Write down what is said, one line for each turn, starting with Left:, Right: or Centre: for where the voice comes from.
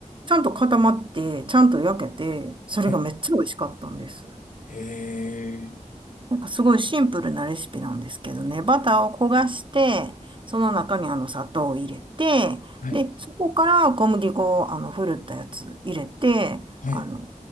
Right: ちゃんと固まって、ちゃんと焼けて、それがめっちゃ美味しかったんです。
Left: はい。へえ、
Right: なんかすごいシンプルなレシピなんですけどね、バターを焦がして、その中にあの砂糖を入れて、
Left: はい、
Right: で、そこから小麦粉をあのふるったやつ入れて、
Left: はい、
Right: あの、